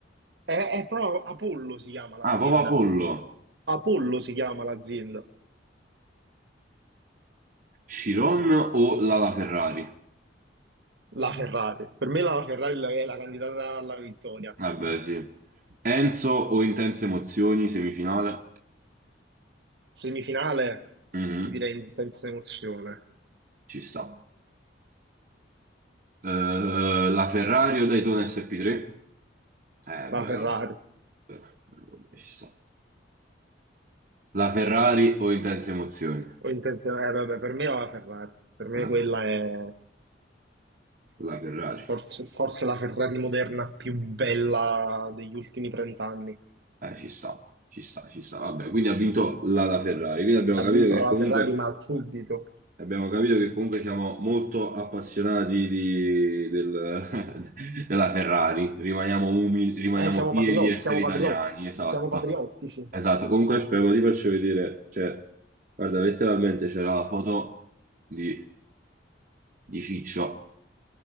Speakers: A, on the right; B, on the right.
A: È, è proprio Apollo si chiama l'azienda.
B: Ah, Papa Pollo.
A: Apollo si chiama l'azienda.
B: Chiron o la La Ferrari?
A: La Ferrari, per me la Ferrari è la candidata alla vittoria.
B: Vabbè, sì. Enzo o intense emozioni, semifinale.
A: Semifinale,
B: Mhm,
A: ti direi intensa emozione.
B: Ci sta. Eh, la Ferrari o Daytona SP3? Eh, bella.
A: La Ferrari.
B: bella. Vabbè, Ci sta. La Ferrari o intense emozioni?
A: O intensa... eh, vabbè, per me è la Ferrari. Per me
B: La,
A: quella è
B: la Ferrari.
A: forse, forse la Ferrari moderna più bella degli ultimi 30 anni.
B: Eh, ci sta, ci sta, ci sta. Vabbè, quindi ha vinto la, la Ferrari. Quindi abbiamo
A: Ha
B: capito
A: vinto
B: che
A: la
B: comunque
A: Ferrari, ma subito.
B: Abbiamo capito che comunque siamo molto appassionati di- del- <laughs> della Ferrari, rimaniamo umili, rimaniamo
A: Eh, siamo
B: fieri
A: patriotti,
B: di essere
A: siamo
B: italiani,
A: patriotti,
B: esatto.
A: siamo patriottici.
B: Esatto, comunque spero ti faccio vedere, cioè, guarda, letteralmente c'era la foto di, di Ciccio,